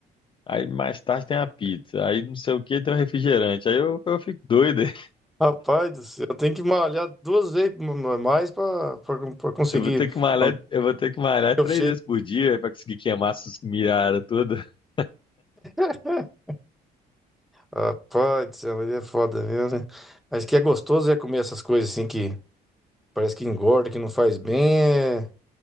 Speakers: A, on the left; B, in the centre.
A: Aí mais tarde tem a pizza, aí não sei o que tem o refrigerante. Aí eu, eu fico doido. <laughs>
B: Rapaz do céu, eu tenho que malhar duas vezes ma- ma- mais pra, pra, pra conseguir
A: Eu vou ter que malhar,
B: manter
A: eu vou ter que malhar
B: o
A: três
B: shape.
A: vezes por dia para conseguir queimar essas miradas todas. <laughs>
B: <laughs> Rapaz do céu, mas é foda mesmo, né? Mas que é gostoso é comer essas coisas assim que. Parece que engorda, que não faz bem. É,